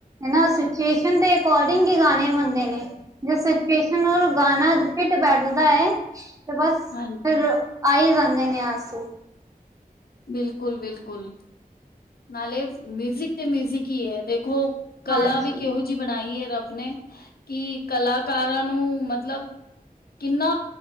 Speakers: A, on the right; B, on the left.
A: ਹਨਾ ਸਿਚੁਏਸ਼ਨ ਦੇ ਅਕੋਡਿੰਗ ਹੀ ਗਾਣੇ ਬਣਦੇ ਨੇ। ਜੋ ਸਿਚੁਏਸ਼ਨ ਉਹ ਗਾਣਾ ਫਿਟ ਬੈਠਦਾ ਐ। ਤੇ ਬਸ,
B: ਹਾਂਜੀ
A: ਫਿਰ ਆਈ ਜਾਂਦੇ ਨੇ ਆਸੂ।
B: ਬਿਲਕੁਲ, ਬਿਲਕੁਲ ਨਾਲੇ ਮਿਊਜਿਕ ਤੇ ਮਿਊਜਿਕ ਹੀ ਹੈ ਦੇਖੋ। ਕਲਾ
A: ਹਾਂਜੀ
B: ਵੀ ਕਿਹੋ ਜਿਹੀ ਬਣਾਈ ਹੈ ਰੱਬ ਨੇ, ਕਿ ਕਲਾਕਾਰਾਂ ਨੂੰ ਮਤਲਬ। ਕਿੰਨਾ,